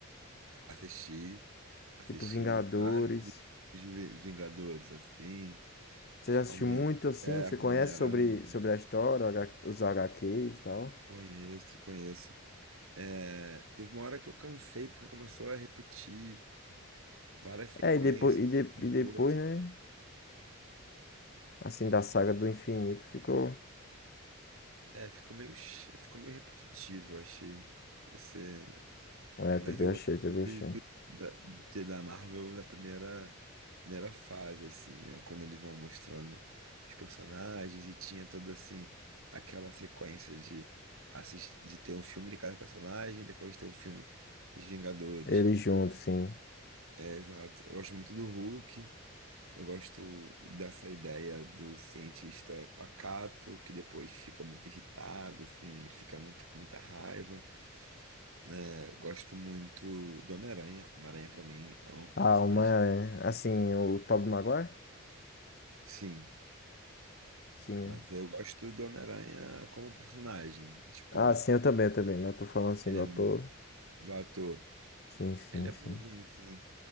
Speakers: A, on the right; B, on the left.
A: Assisti. Assisti
B: Tipo Vingadores?
A: vários dos Vi- Vingadores, assim,
B: Você já assistiu
A: Homem-
B: muito assim?
A: Terra,
B: Você conhece
A: Homem-Aranha.
B: sobre, sobre a história, o H- os HQs e tal?
A: Conheço, conheço. É, teve uma hora que eu cansei porque começou a repetir várias sequências,
B: É, e depois, e, de-
A: uma atrás
B: e depois,
A: do outro.
B: né? Assim, da saga do infinito ficou.
A: É, ficou meio, che- ficou meio repetitivo, eu achei. Você.
B: É,
A: Mas
B: também
A: eu
B: achei,
A: gosto
B: também achei.
A: de, da, de- da Marvel na primeira, primeira fase, assim, né? Quando eles vão mostrando os personagens e tinha toda, assim, aquela sequência de, assistir, de ter um filme de cada personagem, depois ter um filme dos Vingadores.
B: Eles juntos, sim.
A: É, exato. Eu gosto muito do Hulk, eu gosto dessa ideia do cientista pacato, que depois fica muito irritado, assim, fica muito, com muita raiva. É, gosto muito do Homem-Aranha. Homem-Aranha, pra mim, é um personagem.
B: Ah, uma é. Assim, o Tobey Maguire?
A: Sim,
B: Sim,
A: mas
B: é.
A: eu gosto do Homem-Aranha como personagem. Tipo,
B: Ah, sim, eu também, eu também. Mas eu tô falando assim
A: ele
B: do
A: é
B: ator.
A: um. Do ator.
B: Sim, sim,
A: Ele é
B: sim.
A: bonzinho, sim.